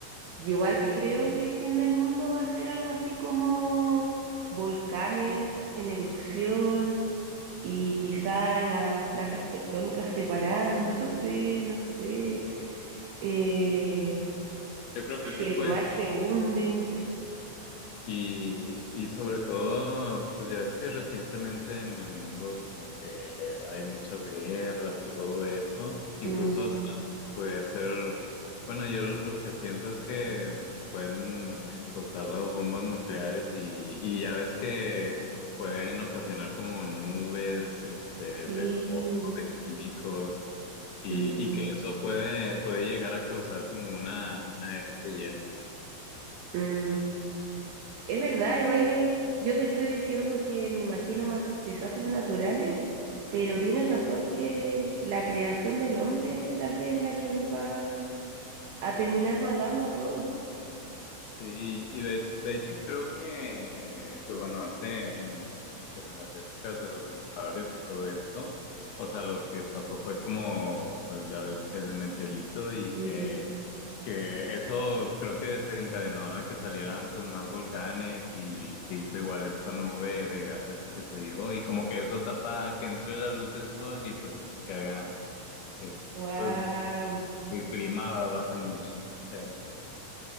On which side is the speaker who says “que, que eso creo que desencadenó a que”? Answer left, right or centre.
Left